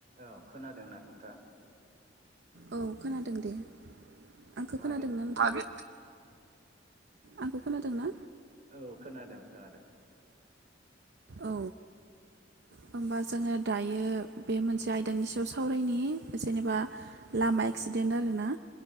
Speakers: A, on the right; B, on the right.
A: औ खोनादोंना नोंथाङा?
B: औ खोनादों दे। आंखौ
A: माबे
B: खोनादोंना
A: <unintelligible> रायलायनाय
B: नोंथाङा आंखौ खोनादों ना
A: औ खोनादों-खोनादों
B: औ होमबा जोङो दायो बे मोनसे आयदानि सायाव सावरायनायनि जेनेबा लामा एक्सिडेन्ट आरोना।